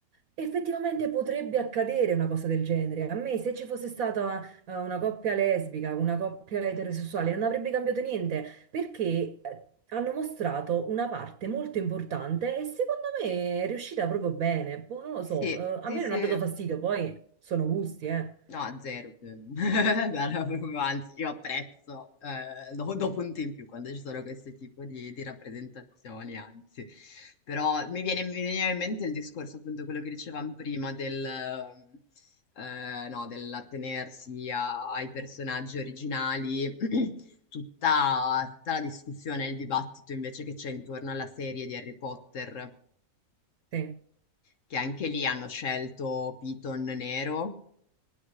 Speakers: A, on the right (about 75°); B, on the left (about 60°).
A: effettivamente potrebbe accadere una cosa del genere. A me se ci fosse stata eh, una coppia lesbica, una coppia eterosessuale, non avrebbe cambiato niente perché eh, hanno mostrato una parte molto importante e secondo me è riuscita proprio bene. Boh, non lo
B: Sì,
A: so, eh, a
B: sì,
A: me
B: sì.
A: non ha dato fastidio, poi sono gusti, eh.
B: No, zero. <laughs> ehm, Guarda, proprio, anzi, io apprezzo, eh, do, do punti in più quando ci sono questo tipo di, di rappresentazioni, anzi. Però mi viene, mi veniva in mente il discorso, appunto, quello che dicevamo prima del, ehm, eh, no, dell'attenersi a- ai personaggi originali, <clears throat> tutta, tutta la discussione e il dibattito invece che c'è intorno alla serie di Harry Potter,
A: Sì.
B: che anche lì hanno scelto Piton nero